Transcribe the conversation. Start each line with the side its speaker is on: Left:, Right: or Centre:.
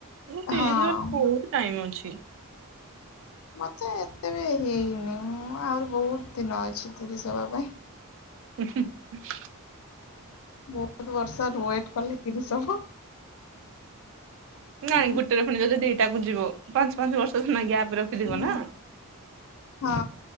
Right: ମୁଁ <inaudible>
Left: ହଁ
Right: ବହୁତ ଟାଇମ ଅଛି।
Left: ମତେ ଏତେ ବି ହେଇନି ମୁଁ ଆହୁରି ବହୁତ ଦିନ ଅଛି ତିରିଶି ହବା ପାଇଁ।
Right: <inaudible>
Left: ବହୁତ ବର୍ଷ ୱେଟ କଲେ ତିରିଶି ହବ।
Right: ନାଇଁ
Left: ଉଁ,
Right: ଗୋଟେ ରେ ଯଦି ପୁଣି ଦି ଟାକୁ ଯିବ ପାଞ୍ଚ ପାଞ୍ଚ ବର୍ଷ ଗ୍ୟାପ ରଖିଥିବ
Left: ଉଁ,
Right: ନା।
Left: ହଁ